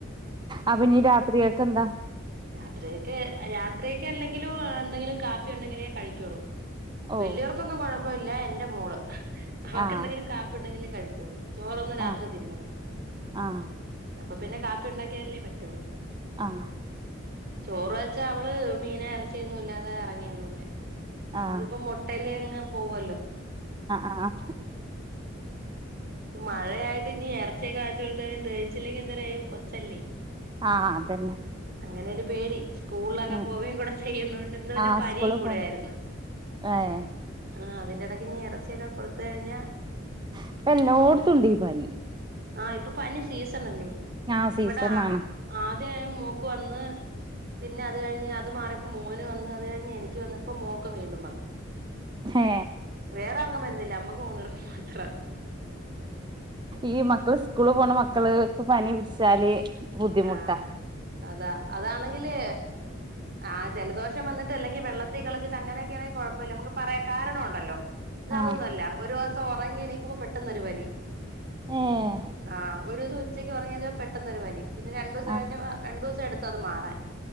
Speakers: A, on the right; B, on the right.
A: അപ്പൊ നീ രാത്രി കേക്കെന്താ
B: രാത്രിയക്ക് രാത്രിയക്ക് അല്ലെങ്കിലും എന്തെങ്കിലും കാപ്പി ഉണ്ടെങ്കിലേ കഴിക്കുള്ളൂ
A: ഓ
B: വലിയവർക്കൊന്നും കൊഴപ്പ ഇല്ല എന്റെ മോള് അവക്ക്എന്തെങ്കിലും
A: ആഹ്
B: കാപ്പി ഉണ്ടെങ്കിലേ കഴിക്കുള്ളൂ ചോറൊന്നും രാത്രി
A: ആഹ്
B: തിന്നുല്ല
A: ആഹ്
B: അപ്പൊ പിന്നെ കാപ്പി ഉണ്ടാക്കിയല്ലേ പറ്റുള്ളൂ
A: ആഹ
B: ചോറ് വെച്ചാ അവള് മീന ഇറച്ചിയൊന്നുമല്ലാതെ ഇറങ്ങിയൊന്നുംല്ല
A: ആഹ്
B: ഇതിപ്പോ മുട്ടൽ യങ്ങ്പോവല്ലോ
A: ആഹ് ആഹ്
B: മഴയായിട്ട് ഇനി ഇറച്ചിയൊക്കെവാങ്ങിച്ചു കൊടുത്തു കയിഞ്ഞാദഹച്ചില്ലെങ്കി എന്തൊര ചെയ്യും കൊച്ചല്ലേ
A: ആഹ അതന്നെ
B: അങ്ങനെഒരു പേടി സ്കൂളിലൊക്കെ
A: ഉം
B: പോവേയും കൂടെ ചെയ്യുന്നതു ഇന്ന് പിന്നെ
A: ആഹ്
B: പനിയും
A: സ്കൂള്
B: കൂടെ
A: പോ
B: ആായിരുന്നു
A: ഏഹ്
B: ആഹ് അതിന്റെടയ്ക്ക് ഇനി ഇറച്ചിയൊക്കെ കൊടുത്തു കഴിഞ്ഞ
A: ഇപ്പ എല്ലോടത്തും ഉണ്ട് ഈപനി
B: ആഹ ഇപ്പൊ പനി സീസൺ അല്ലേ
A: ആ
B: ഇവിടെ
A: സീസണാണ്
B: ആദ്യ മോക്ക് വന്ന് പിന്നെ അത് കഴിഞ്ഞ് അത് മാറിയപ്പോ മോന് വന്ന് അ ത്കഴിഞ്ഞഞ് എനിക്ക് വന്ന് ഇപ്പോ മോഖക്ക് വീണ്ടും വന്നു
A: ഹേ
B: വേറെ ആർക്കും മരുന്നില്ല അമ്മക്ക് മൂന്ന് പേർക്ക് മാത്രം
A: ഈ മക്കള് സ്കൂള് പോണ മക്കള് ക്ക്പനി പിടിച്ചാല് ബുദ്ധിമുട്ടാ
B: ആഹ അതാ അതാണെങ്കില് ആഹ ജലദോഷം വന്നിട്ട് അല്ലെങ്കിൽ വെള്ളത്തിൽ കളിച്ചിട്ട് അങ്ങനൊക്കൊണെങ്കിൽ കുഴപ്പമില്ല നമുക്ക് പറയാൻ കാരണ ഉണ്ടല്ലോ ഇ ത് അതൊന്നുമല്ല
A: ആഹ്
B: ഒരു വസം ഉറങ്ങി എണിക്കുമ്പോ പെട്ടന്ന് ഒരു പനി
A: ഏഹ്
B: ആഹ ഒരു ദിവസം ഉച്ചക്കുറങ്ങിയപ്പം പെട്ടന്നൊരു പനി പിന്നെ രണ്ട ദിവസം
A: ആഹ്
B: കഴിഞ്ഞപ്പംരണ്ട് ദിവസംടുത്ത അത് മാറൻ